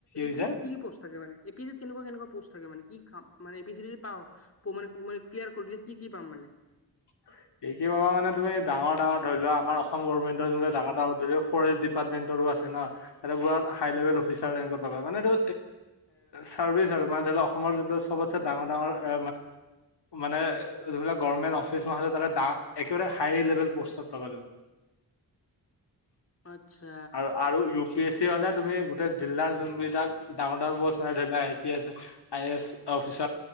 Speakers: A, on the left; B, on the left.
A: কৈছা
B: পি এছ ই কি পষ্ট থাকে মানে। এ পি চিত কেনেকুৱা কেনেকুৱা পষ্ট থাকে মে কি খাম মানে পি চি পা মান মান ক্লিয়াৰ কৰি দ কি কি পাম মানে
A: উ এই কি বাব মানে তুমি ডাঙৰ ডাঙৰ ধৰি লোৱা আমাৰ অসম গভৰ্মেণ্টৰ ডাঙৰ ডাঙৰ ধৰি ল ফৰেষ্ট ডিপাৰটমেণ্টৰো আছে আছে ন। তাতে হাইলেৱল অফিচাৰ লিংকত পাবা মানে এইটো চাৰ্ভিচ আৰু। অসমৰ জোনটো চবছে ডাঙৰ, ডাঙৰ এ মানে যিবিলাক গৰ্মেন্ত মাহ একেবাৰে হাই লেভেল পষ্টত পাব
B: আচ্ছা
A: আৰু আৰু ইউ পি এ চি হলে তুমি গোটেই জিলাৰ যোনবিলাক ডাঙৰ ডাঙৰ পষ্ট মানে ধৰি লোৱা I P S I A S office